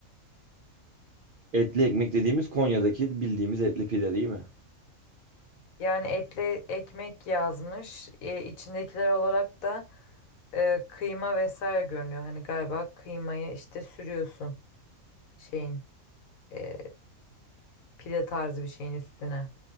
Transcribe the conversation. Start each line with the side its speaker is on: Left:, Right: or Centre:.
Right: Etli ekmek dediğimiz Konya'daki bildiğimiz etli pide değil mi?
Left: Yani etli ekmek yazmış. E, içindekiler olarak da e, kıyma vesaire görünüyor. Hani galiba kıymayı işte sürüyorsun şeyin. e, pide tarzı bir şeyin üstüne